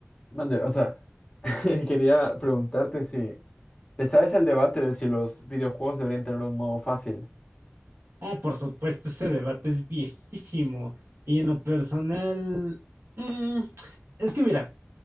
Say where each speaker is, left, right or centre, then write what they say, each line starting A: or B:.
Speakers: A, on the left; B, on the right.
A: mande, o sea, <laughs> quería preguntarte si le sabes el debate de si los videojuegos deberían tener un modo fácil.
B: Ah, por supuesto, ese debate es viejísimo. Y en lo personal, mm, es que mira,